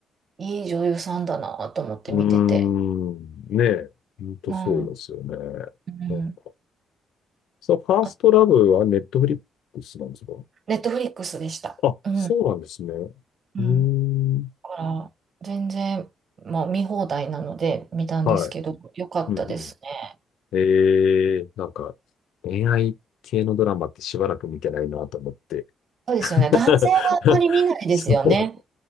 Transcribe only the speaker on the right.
いい女優さんだなと思って見てて。
うん。うん。
あ、ネットフリックスでした。
うん。
うん。だから、全然、まあ、見放題なので見たんですけど、
よかったですね。
そうですよね。男性はあまり見ないですよね。